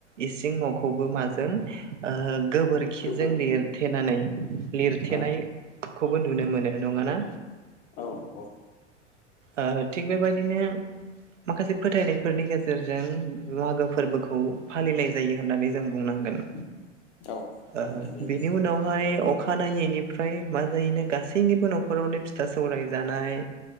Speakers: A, on the right; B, on the left.
A: इसिं न'खौबो माजों ओ गोबोर खिजों
B: गोबोरखि
A: लिरथेनानै लिरथेनायखौबो
B: ओं
A: नुनो मोनो नङा ना।
B: औ नोंगौ
A: ओ थिग बेबायदिनो माखासे फोथायनाय फोरनि गेजेरजों मागो फोरबोखौ फालिनाय जायो होननानै जों बुंनांगोन।
B: <inaudible> फालिनाय
A: ओ
B: जायो।
A: बेनि उनावहाय अखा नायैनायनि फ्राय मा जायैनो गासैनिबो न'खरावनो फिथा सौराय जानाय